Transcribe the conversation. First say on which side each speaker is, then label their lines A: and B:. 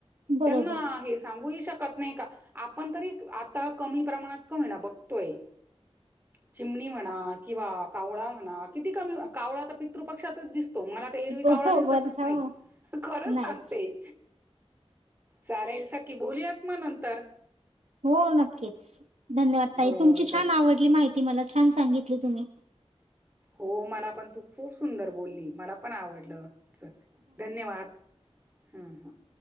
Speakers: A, on the right; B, on the right.
A: बरोबर
B: त्यांना हे सांगूही शकत नाही का आपण तरी आता कमी प्रमाणात का होईना बघतोय. चिमणी म्हणा किंवा कावळा म्हणा किती कमी कावळा तर पितृपक्षातच दिसतो मला तर एरवी
A: बरोबर
B: कावळा दिसतच
A: हो
B: नाही खरंच
A: नाहीच.
B: सांगते चालेल सकी बोलूयात मग नंतर
A: हो नक्कीच धन्यवाद ताई
B: हो
A: तुमची
B: चल
A: छान आवडली माहिती मला छान सांगितली तुम्ही
B: हो मला पण तू खूप सुंदर बोलली मला पण आवडलं धन्यवाद हम्म हम्